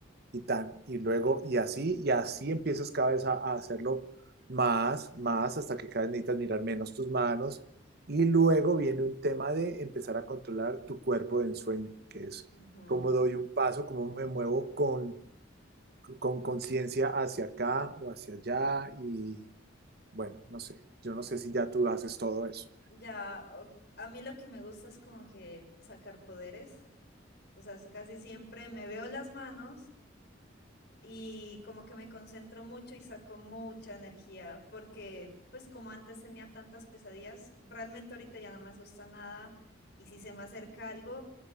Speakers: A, on the right; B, on the left.
A: y tan, y luego, y así, y así empiezas cada vez a, a hacerlo más, más, hasta que cada vez necesitas mirar menos tus manos. Y luego viene un tema de empezar a controlar tu cuerpo de ensueño, que es
B: Ujú.
A: cómo doy un paso, cómo me muevo con con conciencia hacia acá o hacia allá. Y bueno, no sé, yo no sé si ya tú haces todo eso.
B: Ya, o- a mí lo que me gusta es como que sacar poderes, o sea, es casi siempre me veo las manos y como que me concentro mucho y saco mucha energía, porque pues como antes tenía tantas pesadillas, realmente ahorita ya no me asusta nada y si se me acerca algo,